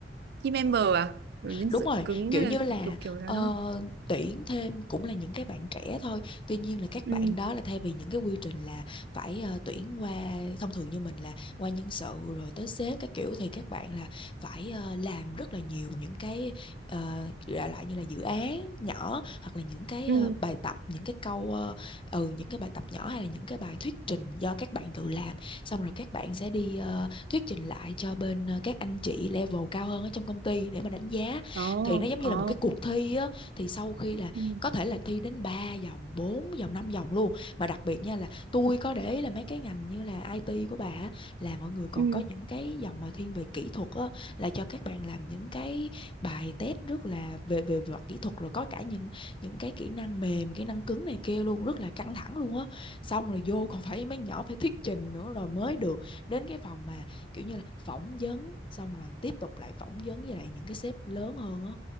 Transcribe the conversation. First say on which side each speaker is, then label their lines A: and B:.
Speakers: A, on the right; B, on the left.
A: team member à Kiểu nhân
B: Đúng
A: sự
B: rồi,
A: cứng
B: kiểu
A: hay
B: như
A: là
B: là
A: kiểu kiểu đó
B: ờ,
A: đúng không?
B: tuyển thêm cũng là những cái bạn trẻ thôi. Tuy nhiên là các
A: Ừ.
B: bạn đó là thay vì những cái quy trình là phải ờ, tuyển qua thông thường như mình là qua nhân sự rồi tới sếp các kiểu thì các bạn là phải ờ, làm rất là nhiều những cái ờ, đại loại như là dự án nhỏ hoặc là những cái
A: Ừ.
B: ờ, bài tập, những cái câu ờ, ừ những cái bài tập nhỏ hay là những cái bài thuyết trình do các bạn tự làm. Xong rồi các bạn sẽ đi ờ, thuyết trình lại cho bên ờ, các anh chị level cao hơn ở trong công ty để mà đánh giá
A: Ồ,
B: thì nó giống như
A: ồ.
B: là một cái cuộc thi á thì sau khi là
A: Ừ.
B: có thể là thi đến 3 vòng 4 vòng 5 vòng luôn mà đặc biệt nha là tôi có để ý là mấy cái ngành như là IT của bà á, là mọi người còn
A: Ừ.
B: có những cái dòng mà thiên về kỹ thuật á là cho các bạn làm những cái bài test rất là về về mặt kỹ thuật rồi có cả những những cái kỹ năng mềm kỹ năng cứng này kia luôn rất là căng thẳng luôn á xong rồi vô còn phải mấy nhỏ phải thuyết trình nữa rồi mới được đến cái phòng mà kiểu như là phỏng vấn xong rồi tiếp tục lại phỏng vấn với lại những cái sếp lớn hơn á